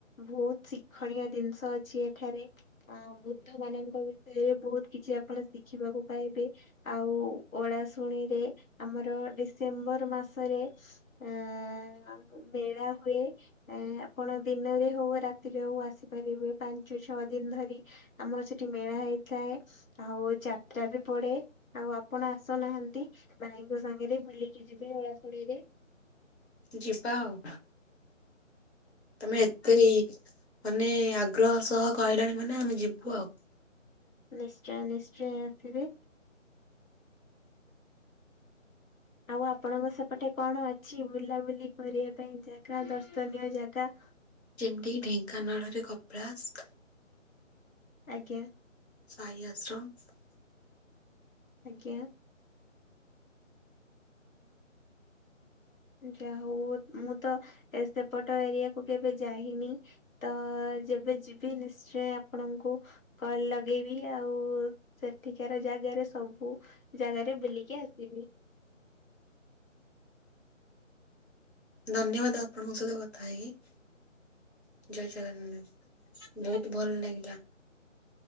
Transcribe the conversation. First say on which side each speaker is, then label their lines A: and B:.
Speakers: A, on the left; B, on the left.
A: ବୋହୁତ ଶିକ୍ଷଣୀୟ ଜିନିଷ ଅଛି ଏଠାରେ ଆ ବୁଦ୍ଧ ମାନଙ୍କ ବିଷୟରେ ବୋହୁତ କିଛି କିଛି ଆପଣ ଶିଖିବାକୁ ପାଇବେ ଆଉ ଓଳାଶୁଣିରେ ଆମର ଡିସେମ୍ବର ମାସରେ ଆଁ ମେଳା ହୁଏ ଆପଣ ଦିନରେ ହୋଉ ରାତିରେ ହୋଉ ଆସିପାରିବେ ପାଞ୍ଚ ପାଞ୍ଚ ଛଅ ଦିନ ଧରି ଆମର ସେଠି ମେଳା ହେଇଥାଏ। ଆଉ ଯାତ୍ରା ବି ପଡେ ଆଉ ଆପଣ ଆସୁନାହାନ୍ତି ଭାଇଙ୍କ ସାଙ୍ଗରେ ବୁଲିକି ଯିବେ ଓଳାଶୁଳିରେ।
B: ଯିିବା ଆଉ। ତମେ ଏତେ ଇ ମାନେ ଆଗ୍ରହ ସହ କହିଲଣି ମାନେ ଆମେ ଯିବୁ ଆଉ।
A: ନିଶ୍ଚୟ ନିଶ୍ଚୟ ଆସିବେ। ଆଉ ଆପଣଙ୍କ ସେପଟେ କଣ ଅଛି ବୁଲାବୁଲି କରିବା ପାଇଁ ଜାଗା ଦର୍ଶନୀୟ ଜାଗା।
B: ଯେମିତିକି ଢେଙ୍କାନାଳରେ କପଳାସ।
A: ଆଜ୍ଞା।
B: ସାଇ ଆଶ୍ରମ।
A: ଆଜ୍ଞା। ଯା ହୋଉ ମୁଁ ତ ଏ ସେପଟ ଏରିଆକୁ କେବେ ଯାହିନି ତ ଯେବେ ଯିବି ନିଶ୍ଚୟ ଆପଣଙ୍କୁ କଲ ଲଗେଇବି ଆଉ ସେଠିକାର ଗାରେ ସବୁ ଜାଗାରେ ବୁଲିକି ଆସିବି।
B: ଧନ୍ୟବାଦ ଆପଣଙ୍କ ସହିତ କଥା ‌ହେଇକି। ଜୟ ଜଗନ୍ନାଥ ବୋହୁତ ଭଲ ଲାଗି